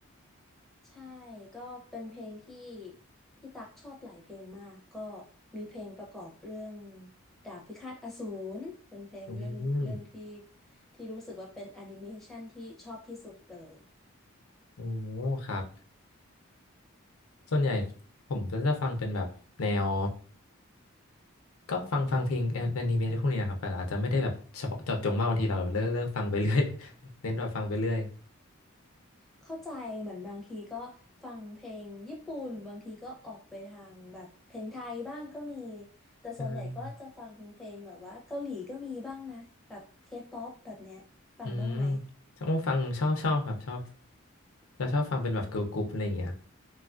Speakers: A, in the centre; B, on the left.
A: ใช่ก็เป็นเพลงที่พี่ตักชอบหลายเพลงมากก็มีเพลงประกอบเรื่องดาบพิฆาตอสูรเป็นเพลงเรื่องเรื่องที่
B: อืม
A: ที่รู้สึกว่าเป็นแอนิเมชันที่ชอบที่สุดเลย
B: โอ้ครับส่วนใหญ่ผมก็จะฟังเป็นแบบแนวก็ฟังฟังเพลงแอนิเมะอะไรพวกนี้นะครับแต่อาจจะไม่ได้แบบเฉพาะเจาะจงมากบางทีเราเลิกเลิกฟังไปเรื่อย <laughs> เน้นแบบฟังไปเรื่อย
A: เข้าใจเหมือนบางทีก็ฟังเพลงญี่ปุ่นบางทีก็ออกไปทางแบบเพลงไทยบ้างก็มีแต่ส่วนใหญ่ก็จะฟังเพลงแบบว่าเกาหลีก็มีบ้างนะแบบเคป๊อปแบบเนี้ยฟังบ้างไหม
B: อ่าอืมชอบฟังชอบชอบครับชอบเราชอบฟังเป็นแบบเกิร์ลกรุ๊ปอะไรอย่างเงี้ย